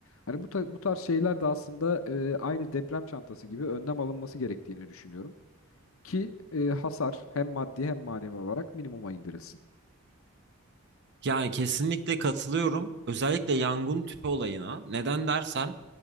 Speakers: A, on the left; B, on the right.
A: Hani bu, ta- bu tarz şeyler de aslında e, aynı deprem çantası gibi önlem alınması gerektiğini düşünüyorum. Ki e, hasar hem maddi hem manevi olarak minimuma indirilsin.
B: Yani kesinlikle katılıyorum. Özellikle yangın tüpü olayına. Neden dersen